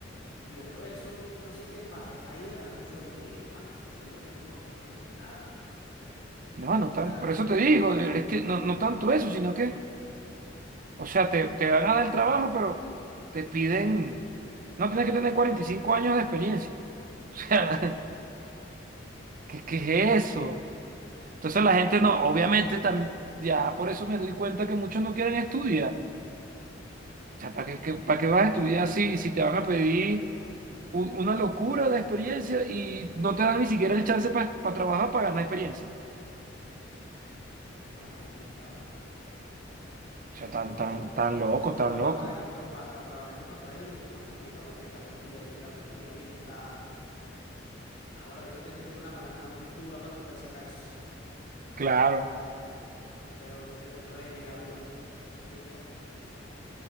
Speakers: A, on the left; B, on the right.
A: estudiando eso, que no sé qué, pa, está ahí ganando un sueldo mínimo, mano, que un sueldo mínimo aquí no es nada, mano.
B: No, no
A: O
B: tan,
A: sea,
B: por eso te digo, eh, es que no, no tanto eso, sino que, o sea, te, te van a dar el trabajo, pero te piden, no tienes que tener 45 años de experiencia. <laughs> O
A: sí,
B: sea,
A: claro,
B: ¿qué, qué es eso? Entonces la gente no, obviamente, tam- ya por eso me doy cuenta que muchos no quieren estudiar. O sea, ¿para qué, qué- para qué vas a estudiar si, si te van a pedir? u- una locura de experiencia y no te dan ni siquiera el chance para trabajar, para ganar experiencia.
A: no, es complicado,
B: O
A: complicado,
B: sea, tan, tan,
A: porque,
B: tan
A: y
B: loco,
A: entonces para
B: tan
A: trabajar
B: loco.
A: en otro, pa- para trabajar en otro país es más complicado, porque tenés que apostillar, y aquí el apostillamiento está, ahora ahorita tenés que tener una palanca muy dura para tú poder sacar eso,
B: Claro,
A: pero de re mega dura, pues, eso te digo todo.